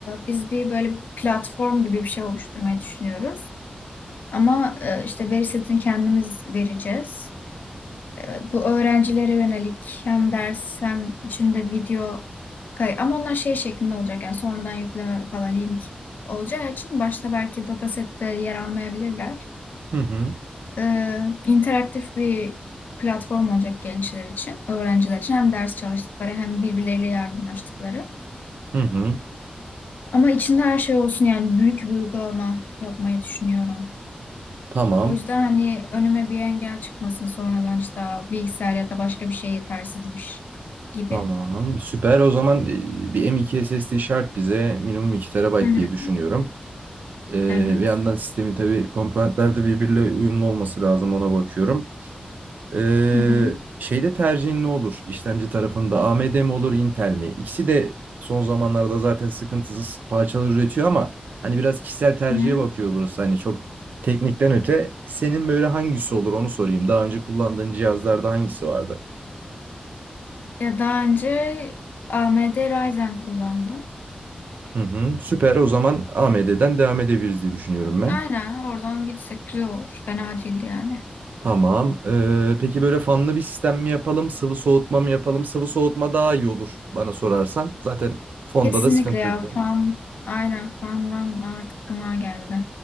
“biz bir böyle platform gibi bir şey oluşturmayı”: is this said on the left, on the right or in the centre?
Left